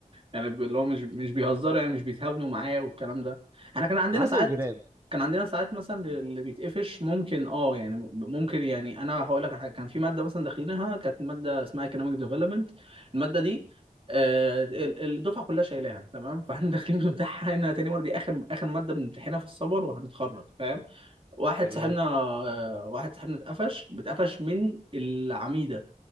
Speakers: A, on the right; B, on the right.
A: يعني بي- اللي هو مش مش بيهزروا يعني مش بيتهاونوا معايا والكلام ده احنا كان عندنا
B: على حسب
A: ساعات
B: البناء
A: كان عندنا ساعات مثلا اللي بيتقفش ممكن اه يعني ممكن يعني انا هقول لك على حاجه كان في ماده مثلا داخلينها كانت ماده اسمها economic development الماده دي آه، ال- الدفعه كلها شايلاها تمام <laughs> فاحنا داخلين بنمتحنها تاني مره دي اخر اخر ماده بنمتحنها في السمر وهنتخرج فاهم؟ واحد
B: تمام
A: صاحبنا آه، واحد صاحبنا اتقفش بتقفش من العميدة